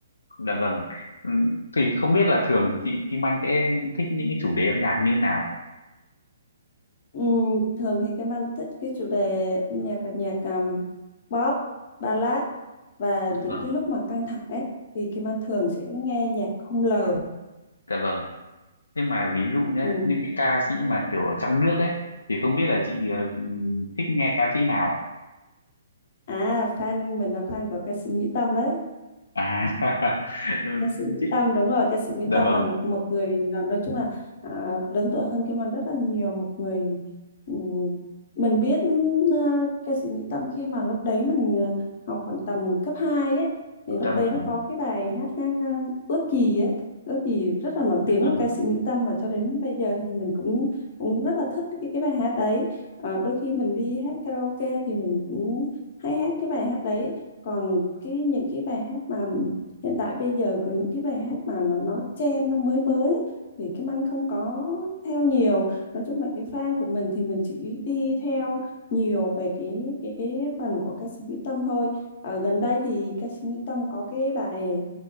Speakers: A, on the left (about 75°); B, on the left (about 50°).
A: Dạ vâng. Ừ, Thì không biết là thường thì chị Kim Anh sẽ thích những cái chủ đề âm nhạc như thế nào?
B: Ừm, thường thì cái mang thích cái chủ đề âm nhạc là nhạc um, pop ballad và
A: Dạ
B: những
A: vâng.
B: cái lúc mà căng thẳng ấy thì Kim Anh thường sẽ nghe nhạc không lời
A: Dạ vâng. Nhưng mà ví dụ nhé,
B: Ừm.
A: những cái ca sĩ mà kiểu ở trong nước ấy thì không biết là chị ờ, thích nghe ca sĩ nào?
B: à fan mình là fan của ca sĩ Mỹ Tâm đấy
A: À, <laughs> ừ,
B: ca sĩ Mỹ
A: chị
B: Tâm đúng rồi ca sĩ Mỹ
A: dạ
B: Tâm
A: vâng,
B: là một một người là nói chung là à, lớn tuổi hơn Kim Anh rất là nhiều một người ừm, mình biết à, ca sĩ Mỹ Tâm khi mà lúc đấy mình à, học khoảng tầm cấp 2 ấy thì lúc
A: dạ vâng,
B: đấy nó có cái bài hát à, ước gì ấy ước gì rất là nổi
A: dạ
B: tiếng
A: vâng,
B: của ca sĩ Mỹ Tâm và cho đến bây giờ thì mình cũng cũng rất là thích cái cái bài hát đấy Ờ, đôi khi mình đi hát karaoke thì mình cũng hay hát cái bài hát đấy còn cái những cái bài hát mà hiện tại bây giờ có những cái bài hát mà nó nó trend nó mới mới thì Kim Anh không có theo nhiều nói chung là cái fan của mình thì mình chỉ đi theo nhiều về cái cái cái phần của ca sĩ Mỹ Tâm thôi ở gần đây thì ca sĩ Mỹ Tâm có cái bài